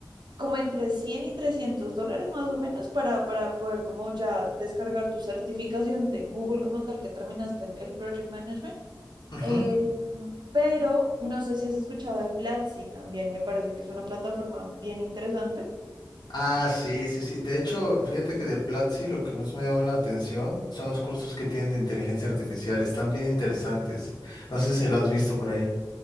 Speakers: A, on the right; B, on the left.
A: como entre 100 y 300 dólares más o menos para, para poder como ya descargar tu certificación de Google como tal que terminaste el, el Project Management
B: Ujú.
A: eh, mm, pero no sé si has escuchado de Platzi también, me parece que es una plataforma bien interesante
B: Ah, sí, sí, sí. De hecho, fíjate que de Platzi lo que más me llama la atención son los cursos que tienen de inteligencia artificial. Están bien interesantes. No sé si lo has visto por ahí.